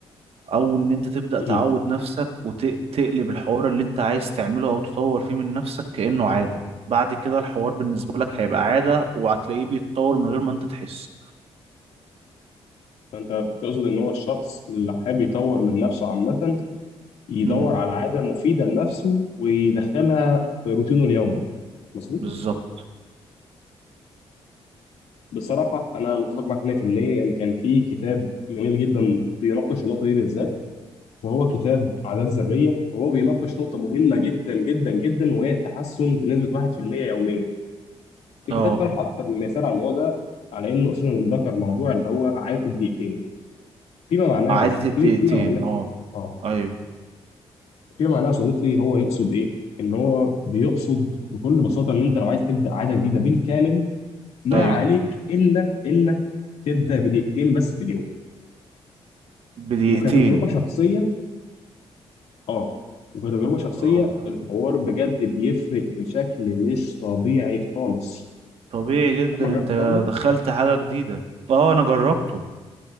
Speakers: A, on the right; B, on the left.
A: أو إن أنت تبدأ
B: مم.
A: تعود نفسك وتقلب الحوار اللي أنت عايز تعمله أو تطور فيه من نفسك كأنه عادة بعد كده الحوار بالنسبة لك هيبقى عادة وهتلاقيه بيتطور من غير ما أنت تحس
B: فانت بتقصد ان هو الشخص اللي حابب يطور من نفسه عامة يدور
A: امم
B: على عادة مفيدة لنفسه ويدخلها في روتينه اليومي مظبوط
A: بالظبط
B: بصراحة انا متفق معاك 100% يعني كان في كتاب جميل جدا بيناقش النقطة دي بالذات وهو كتاب عادات ذرية وهو بيناقش نقطة مهمة جدا جدا جدا وهي التحسن بنسبة 1% يوميا في
A: اه
B: كتاب طرح اكتر من مثال على الموضوع ده على انه اساسا ذكر موضوع اللي هو عاده الدقيقتين فيما معناه
A: عادة الدقيقتين
B: في فيما معناه
A: اه
B: اه
A: أيوه
B: فيما معناه يا صديقي هو يقصد ايه؟ ان هو بيقصد بكل بساطه ان انت لو عايز تبدا عاده جديده بالكامل ما
A: أيوه
B: عليك الا انك تبدا بدقيقتين بس في اليوم
A: بدقيقتين
B: وكتجربه شخصيه اه وكتجربه شخصيه
A: اه
B: الحوار بجد بيفرق بشكل مش طبيعي خالص
A: طبيعي جدا
B: عمرك جربت
A: أنت
B: الحوار ده؟
A: دخلت حاجة جديدة اه أنا جربته